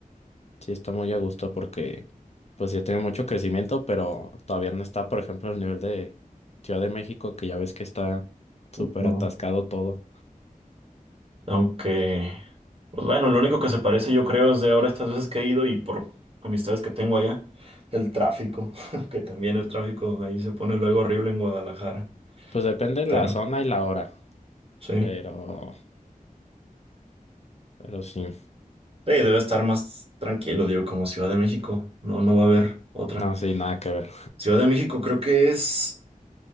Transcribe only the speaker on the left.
sí está muy a gusto porque, pues ya tiene mucho crecimiento, pero todavía no está, por ejemplo, el nivel de Ciudad de México, que ya ves que está súper
atascado todo.
Pues depende de
la zona y la hora,
pero,
pero sí.
No, sí, nada que ver.